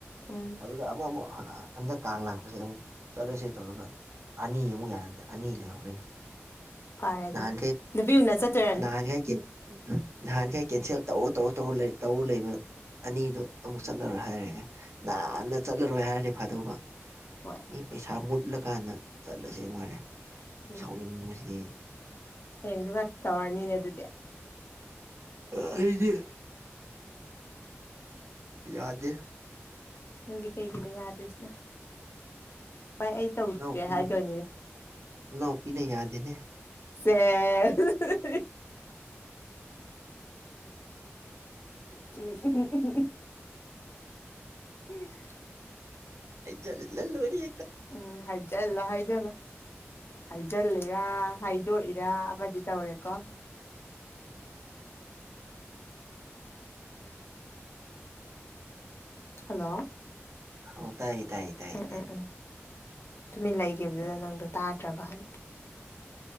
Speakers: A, on the left (about 55°); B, on the right (about 80°).
A: ꯎꯝ
B: ꯑꯗꯨꯒ ꯑꯃ ꯑꯃꯨꯛ ꯍꯟꯗꯛ ꯀꯥꯡ ꯂꯥꯛꯄꯁꯦ ꯑꯃꯨꯛ ꯆꯠꯂꯁꯦ ꯇꯧꯔꯒ ꯑꯅꯤ ꯑꯃꯨꯛ ꯌꯥꯔꯛꯇ꯭ꯔꯦ ꯑꯅꯤ ꯂꯩꯍꯧꯔꯅꯦ
A: ꯐꯔꯦ ꯑꯗꯨꯅ
B: ꯅꯍꯥꯟꯈꯩ
A: ꯅꯨꯄꯤ ꯎꯅ ꯆꯠꯇꯣꯏꯔꯅꯤ
B: ꯅꯍꯥꯟꯈꯩ ꯀꯤ ꯅꯍꯥꯟꯈꯩ ꯀꯦꯟꯁꯦꯜ ꯇꯧ ꯇꯧ ꯇꯧꯔ ꯂꯩ ꯇꯧꯔ ꯂꯩꯕ ꯑꯅꯤꯗꯣ ꯑꯃꯨꯛ ꯆꯠꯂꯔꯣꯏ ꯍꯥꯏꯔꯛꯑꯦ ꯅꯥꯍꯥꯟꯅ ꯆꯠꯂꯔꯣꯏ ꯍꯥꯏꯔꯗꯤ ꯐꯥꯗꯧꯕ
A: ꯍꯣꯏ
B: ꯃꯤ ꯄꯩꯁꯥ ꯃꯨꯠꯂꯀꯥꯟꯗ ꯆꯠꯂꯁꯦ ꯑꯃꯨꯛ ꯍꯥꯢꯔꯛꯑꯦ
A: ꯎꯝ
B: ꯁꯥꯎꯅꯤꯡꯕꯁꯤꯗꯤ
A: ꯍꯌꯦꯡꯁꯨ ꯈꯥ ꯇꯧꯔꯥꯅꯤꯅꯦ ꯑꯗꯨ
B: ꯑ ꯑꯩꯗꯤ ꯌꯥꯗꯦ
A: ꯅꯪꯗꯤ ꯀꯩꯒꯤꯅꯣ ꯌꯥꯗ꯭ꯔꯤꯁꯤꯅ ꯚꯥꯏ ꯑꯩ ꯇꯧꯗ꯭ꯔꯦ
B: ꯏꯅꯥꯎꯄꯤꯅ
A: ꯍꯥꯏꯗꯣꯏꯅꯤꯅꯦ
B: ꯏꯅꯥꯎꯄꯤꯅ ꯌꯥꯗꯦꯅꯦ
A: ꯁꯦꯁ ꯍꯤ ꯍꯤ ꯍꯤ ꯎꯝ ꯎꯍꯨꯝ ꯎꯍꯨꯝ ꯎꯍꯨꯝ ꯎꯝ
B: ꯍꯥꯏꯖꯜꯂ ꯂꯣꯏꯔꯦ
A: ꯎꯝ ꯍꯥꯏ ꯍꯥꯏꯖꯤꯜꯂꯣ ꯍꯥꯏꯖꯤꯜꯂꯣ ꯍꯥꯏꯖꯜꯂꯤꯔꯥ ꯍꯥꯏꯗꯣꯛꯏꯔꯥ ꯑꯃꯗꯤ ꯇꯧꯔꯦꯀꯣ ꯍꯜꯂꯣ
B: ꯑꯣ ꯇꯥꯏꯌꯦ ꯇꯥꯏꯌꯦ ꯇꯥꯏꯌꯦ
A: ꯎꯝ
B: ꯇꯥꯏ
A: ꯎꯝ ꯎꯝ ꯇꯨꯃꯤꯟ ꯂꯩꯒꯤꯕꯗꯨꯗ ꯅꯪꯗꯣ ꯇꯥꯗ꯭ꯔꯕꯅ